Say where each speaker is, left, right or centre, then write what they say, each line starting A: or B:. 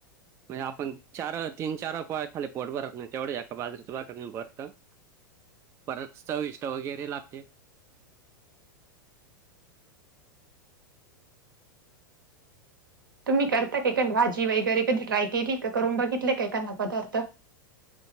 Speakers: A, on the right; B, on the right.
A: म्हणजे आपण चार तीन चार पाय खाली पोट भरत नाही तेवढे याका बाजरीेच बा बर त परत चविष्ट वगैरे लागते
B: तुम्ही करता का भाजी वगैरे कधी ट्राय केली का करून बघितले एखांदा पदार्थ